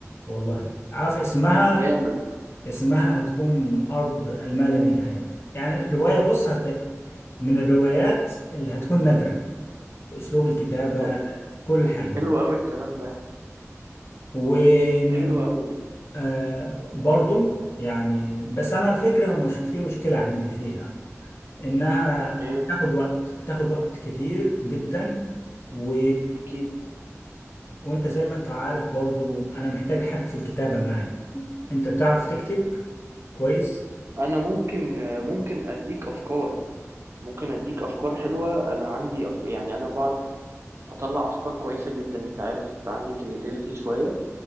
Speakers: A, on the left; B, on the right.
A: والله عارف اسمها
B: جامد
A: اسمها هتكون أرض الما لا نهاية يعني الرواية بص هت... من الروايات اللي هتكون نادرة في أسلوب الكتابة
B: طب
A: في كل حاجة
B: حلو أوي الكلام ده
A: ومن
B: حلو أوي
A: آه برضو يعني بس أنا الفكرة مش في مشكلة عندي فيها إنها
B: إيه
A: هتاخد وقت هتاخد وقت كتير جدا و...
B: أكيد
A: وأنت زي ما أنت عارف برضو أنا محتاج حد في الكتابة معي أنت بتعرف تكتب كويس
B: أنا ممكن ممكن أديك أفكار ممكن أديك أفكار حلوة أنا عندي أف... يعني أنا بعرف أطلع أفكار كويسة جدا أنت عارف عندي كرياتيفيتي شوية